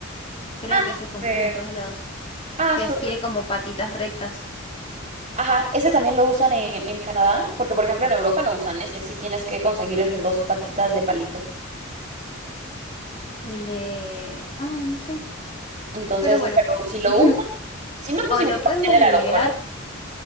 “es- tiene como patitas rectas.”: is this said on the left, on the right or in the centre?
Left